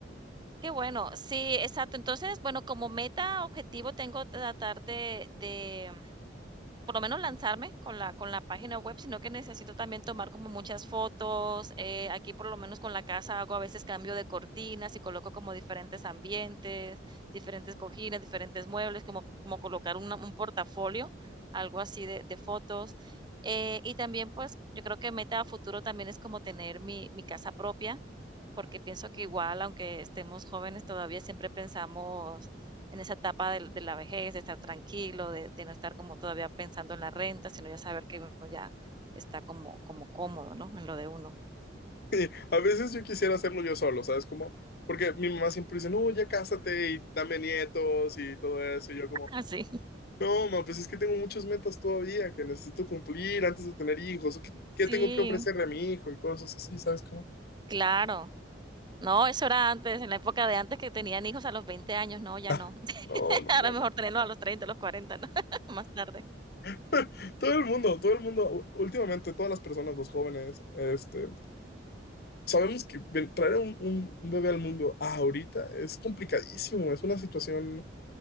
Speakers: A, on the right; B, on the left.
A: Qué bueno, sí, exacto. Entonces, bueno, como meta, objetivo tengo tratar de de por lo menos lanzarme con la con la página web, sino que necesito también tomar como muchas fotos. Eh, aquí, por lo menos con la casa, hago a veces cambio de cortinas y coloco como diferentes ambientes, diferentes cojines, diferentes muebles, como, como colocar una- un portafolio, algo así de, de fotos. Eh, y también, pues, yo creo que meta a futuro también es como tener mi, mi casa propia, porque pienso que igual, aunque estemos jóvenes, todavía siempre pensamos en esa etapa de, de la vejez, de estar tranquilo, de, de, no estar como todavía pensando en la renta, sino ya saber que uno ya está como, como cómodo, ¿no? En lo de uno.
B: Sí, a veces yo quisiera hacerlo yo solo, ¿sabes cómo? Porque mi mamá siempre dice, no, ya cásate y dame nietos y todo eso. Y yo como,
A: <laughs> Así. Sí,
B: no, mamá, pues es que tengo muchas metas todavía que necesito cumplir antes de tener hijos. ¿O ¿Qué, qué
A: Sí,
B: tengo que ofrecerle a mi hijo? Y cosas así, ¿sabes cómo?
A: claro. No, eso era antes, en la época de antes que tenían hijos a los 20 años, no, ya
B: Ah,
A: no. <laughs>
B: no, no,
A: Ahora
B: no,
A: mejor
B: no.
A: tenerlos a los 30 a los cuarenta ¿no? <laughs> Más tarde.
B: <laughs> Todo el mundo, todo el mundo, u- últimamente todas las personas, los jóvenes, este, sabemos que ven- traer un, un- un bebé al mundo ahorita es complicadísimo, es una situación